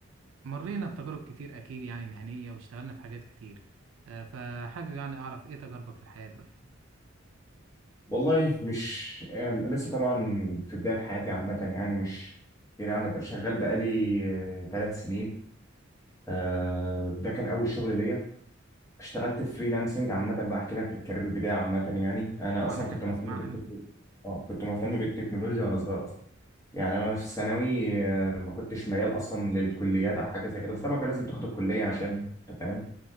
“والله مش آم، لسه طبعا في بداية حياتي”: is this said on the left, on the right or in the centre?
Left